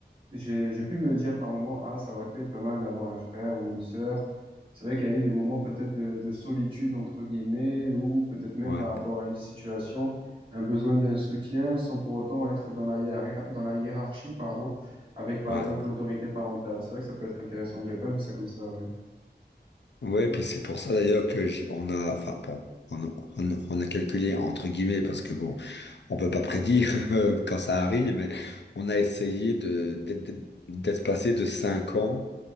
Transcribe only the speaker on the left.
ouais,
ouais.
Ouais,
puis c'est pour ça d'ailleurs que j- on a, enfin bon, on, on- on a calculé entre guillemets parce que bon, on peut pas prédire <laughs> quand ça arrive, mais on a essayé de d'être d'être- d'être passé de 5 ans